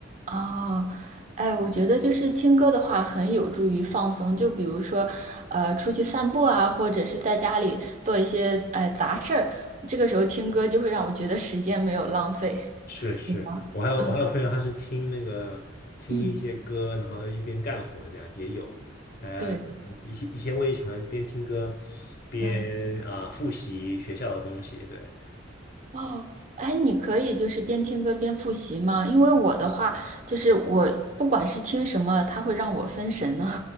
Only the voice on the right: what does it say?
哦，哎，我觉得就是听歌的话，很有助于放松。就比如说，呃，出去散步啊，或者是在家里做一些哎杂事儿，这个时候听歌就会让我觉得时间没有浪费。
有吗？
嗯
嗯，
对的，
嗯。
哦，哎，你可以就是边听歌边复习吗？因为我的话，就是我不管是听什么，它会让我分神呢。